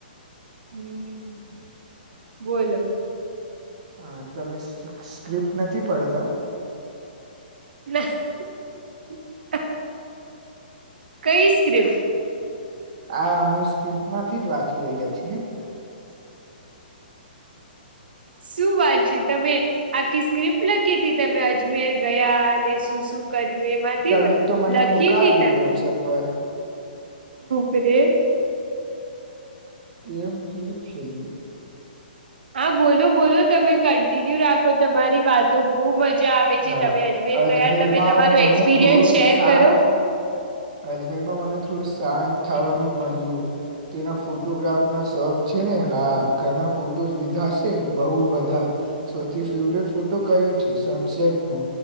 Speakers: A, on the right; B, on the right.
A: હમ બોલો
B: હા તમે સ્ક્રિપ્ટ નથી પડતા.
A: ના કઈ સ્ક્રિપ્ટ
B: આ અમે સ્ક્રિપ્ટમાંથી જ વાંચી રહ્યા છીએ ને
A: શું વાચ્યું <unintelligible> તમે આખી સ્ક્રિપ્ટ લખી હતી તમે અજમેર ગયા અને શું શું કર્યું એ માંથી
B: તમે તો મને
A: લખી
B: મોકલવી
A: હ <unintelligible> તીી તમે
B: વોટ્સઅપ પર
A: જેરેે
B: કેેમ સુવી થેયું
A: હા બોલો બોલો તમે કન્ટિન્યુ રાખો તમારી વાતો બહ મજા જા આવે જી
B: હા,
A: તમે અજમેર
B: અજમેરમાં
A: ગયા તમે તમારું
B: મને
A: એક્સપિરિયન્સ
B: થોડું
A: શેર
B: શાંત
A: કરો
B: અજમેરમાં મને થોડું શાંત થવાનું મળ્યું તેના ફોટોગ્રાફના શોખ છે ને હા ઘણા ફોટોઝ લીધા છે બહુ બધા સૌથી ફેવરેટ ફોટો કયો છે સનસેટનો